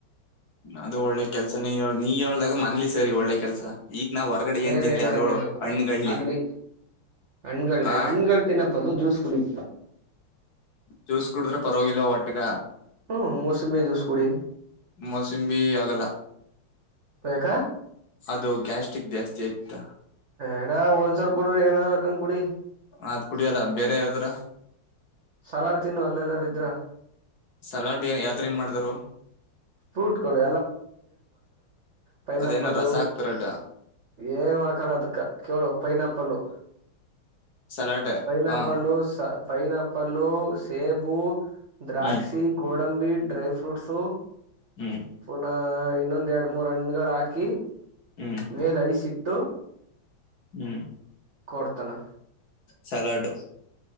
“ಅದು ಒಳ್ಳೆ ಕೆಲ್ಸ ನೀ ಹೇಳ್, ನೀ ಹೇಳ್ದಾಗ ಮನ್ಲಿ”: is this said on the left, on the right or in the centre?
Left